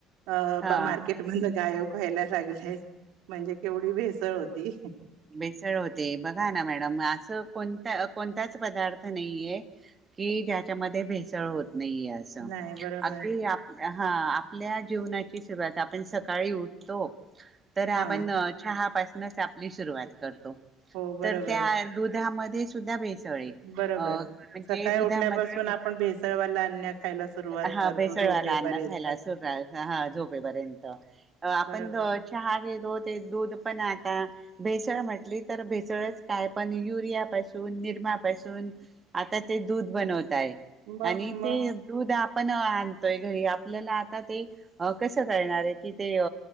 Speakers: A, on the right (about 85°); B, on the right (about 25°).
A: अ
B: हा
A: बा मार्केट ब गायब व्हायला लागलेय म्हणजे केवढी भेसळ होती.
B: बेसळ होते बघा ना मॅडम असं कोणता कोणताच पदार्थ नाहीये. कि ज्याच्यामध्ये भेसळ होत नाही असं
A: नाही बरोबर
B: अगदी. हा आपल्या जीवनाची सुरवात आपण सकाळी उठतो तर आपण
A: हा
B: चहा पासूनच आपली सुरवात
A: हो बरोबर
B: तर त्या दुधामध्ये सुद्धा भेसळ
A: बरोबर
B: म्हणजे
A: सकाळी
B: दुधामध्ये.
A: उठल्यापासून आपण भेसळवाला अन्न खायला सुरुवात
B: हा
A: करतो
B: भेसळवाला
A: झोपेपर्यंत
B: अन्न खायला सुर हा झोपेपर्यंत आपण
A: बरोबर
B: चहा घेत होते दूध पण आता. भेसळ म्हटली तर भेसळच काय पण युरियापासून निरमापासून. आता ते दूध बनवताय
A: मग
B: आणि
A: मग
B: ते दुध आपण अ आणतोय घरी आपल्याला आता ते कसं कळणार आहे कि तेअ